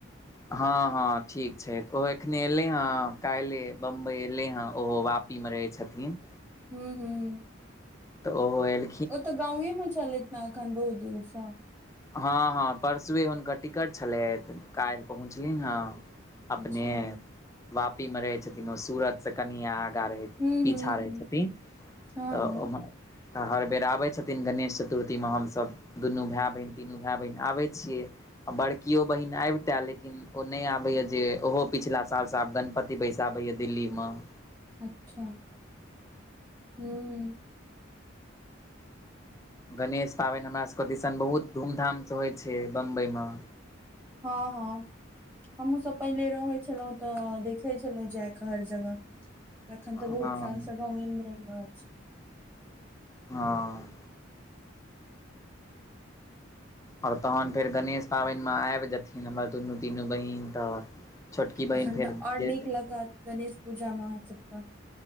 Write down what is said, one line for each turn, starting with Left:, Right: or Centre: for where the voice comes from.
Left: हँ हँ ठीक छैथ ओहो एखने एलेै हं काल्हि बम्बई एलै हं ओहो वापी मे रहै छथिन
Right: हूँ हूँ
Left: तऽ ओहोल
Right: ओ तऽ गांवे मे छलैथ न अखन बहुत दिनसँ
Left: हँ हँ परसुए हुनकर टिकट छलइथ काल्हि पहुँचलिन हं अपने
Right: अच्छा
Left: वापी मे रहय छथिन ओ सूरत स कनि आगा रहे छै
Right: हूँ
Left: पीछा
Right: हूँ
Left: रहै
Right: हूँ
Left: छथिन
Right: हँ
Left: तऽ
Right: हँ
Left: ओ तऽ हर बेर आबै छथिन गणेश चतुर्थीमे हमसब दुनू भय बहिन तीनू भय बहिन आबै छियै आ बड़कियो बहिन आइबतए लेकिन ओ नय आबया जे ओहो पिछिला सालसँ आब गणपत ती बैसाबैया दिल्ली मं
Right: अच्छा हूँ
Left: गणेश पाबइन हमरासबके दिसन बहुत धूमधामसँ होइ छै बम्बइ मं
Right: हँ हँ हमहुँ सब पहिले रहय छलहुँं तऽ देख खे छलहु जय के हर जगह अखन
Left: हँ
Right: तऽ बहुत साल स गांवे मे रहि रहल छी
Left: हँ आओर तहन फेर गणेश पाबइन मे आइब जेथिन हमर दुनू तीनू बहीन तऽ छोटकी बहिन
Right: तखन
Left: फेर
Right: तऽ ओर
Left: जे
Right: नीक लगत गणेश पूजा मे अहाँ सबकअ